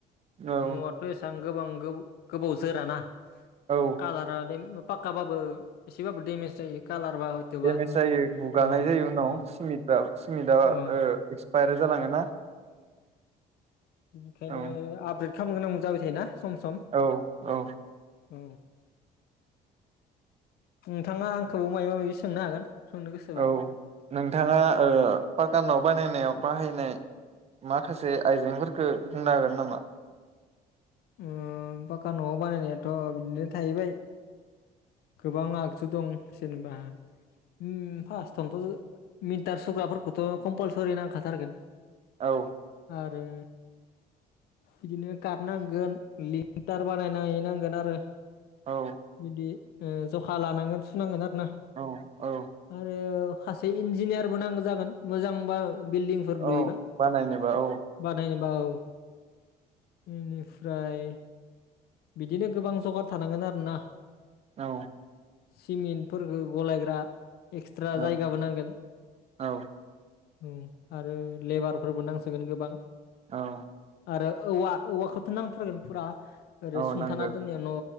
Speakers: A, on the right (about 40°); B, on the left (about 70°).
A: औ
B: न आथ' एसां गोबां गो -गोबावजोराना
A: औ
B: कालारा दे। पाक्काबाबो एसेबाबो डेमेज जायो। कालारबा हयथ'बा
A: देमेज जायो गुगानाय
B: औ
A: जायो उनाव
B: औ
A: सिमटा सिमेनदा
B: औ
A: ओ एक्सपायार जालाङोना।
B: बिखायनो
A: औ
B: आबग्रेद खामनो गोनांबो जाबाय थायोना सम सम
A: औ औ
B: औ नोंथाङा आंखौ मायबा मायबि सोंनो हागोन सोंनो गोसोबा
A: औ नोंथाङा ओ पाकानाव बानायनायाव बाहायनाय माखासे आइजेंफोरखो बुंनो हागोन नामा
B: उम पाक्का न'आव बानायनायाथ' बिदिनो थाहैबाय गोबां आगजु दं जेनेबा ओम फास्टावनोथ' मिटार सुग्राफोरखौथ' कम्पालसरि नांखाथारगोन
A: औ
B: आरो बिदिनो गादनां गोन लिंटार बानायनाय नांगोन आरो
A: औ
B: बिदि ओ जखा लानांगोन सुनांगोन आरो ना
A: औ औ
B: आरो खासे इन्जिनियारबो नांगो जागोन मोजांबा बिल्डिंफोर लुयोबा
A: औ बानायनोबा औ
B: बानायगोन बाव इनिफ फ्राय बिदिनो गोबां जगार थानांगोन आरोना
A: औ
B: सिमिन्टफोरखो गलायग्रा एक्सट्रा
A: औ
B: जायगाबो नांगोन
A: औ
B: उम आरो लेबारफोरबो नांसोगोन गोबां
A: औ
B: आरो औवा औवाखौथ' नांथारगोन फुरा ओरै
A: औ
B: सुंथाना
A: नांगौ
B: दोननाया न' ओ